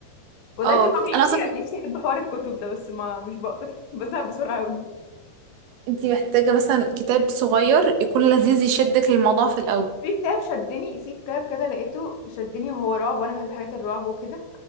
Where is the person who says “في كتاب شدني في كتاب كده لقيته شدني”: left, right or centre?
Left